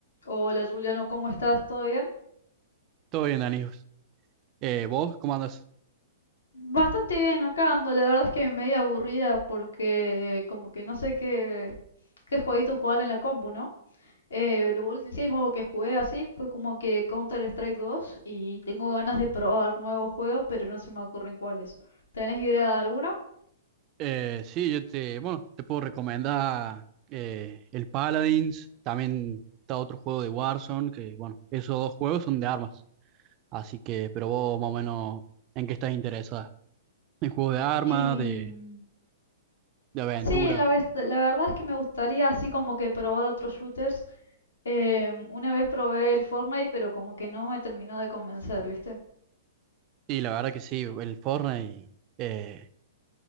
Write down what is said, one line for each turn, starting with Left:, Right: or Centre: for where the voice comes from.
Left: Hola Juliano, ¿cómo estás? ¿Todo bien?
Right: Todo bien, Danijos. Eh, ¿vos cómo andas?
Left: Bastante bien acá ando, la verdad es que medio aburrida porque eh, como que no sé qué, qué jueguito jugar en la compu, ¿no? Eh, lo último que jugué así fue como que Counter-Strike 2 y tengo ganas de probar nuevos juegos, pero no se me ocurren cuáles. ¿Tenés idea de alguno?
Right: Eh, sí, yo te, bueno, te puedo recomendar eh, el Paladins, también está otro juego de Warzone, que bueno, esos dos juegos son de armas. Así que, pero vos más o menos, ¿en qué estás interesada? ¿En juegos de armas,
Left: Y
Right: de,
Left: mm,
Right: de aventura?
Left: sí, la, vez- la verdad es que me gustaría así como que probar otros shooters. Em, una vez probé el Fortnite, pero como que no me terminó de convencer, ¿viste?
Right: Y la verdad que sí, el Fortnite eh,